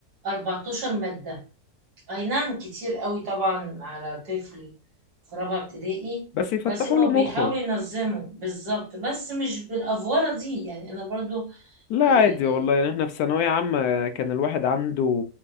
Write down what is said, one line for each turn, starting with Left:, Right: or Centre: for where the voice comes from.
Right: 14 مادة اي نعم كتير قوي طبعا على طفل في رابعة ابتدائي
Left: بس يفتحوا
Right: بس هما
Left: له
Right: بيحاولوا
Left: مخه
Right: ينظموا بالظبط بس مش بالافوره دي يعني انا برضو
Left: لا
Right: يعني
Left: عادي والله يعني احنا في ثانوية عامة كان الواحد عنده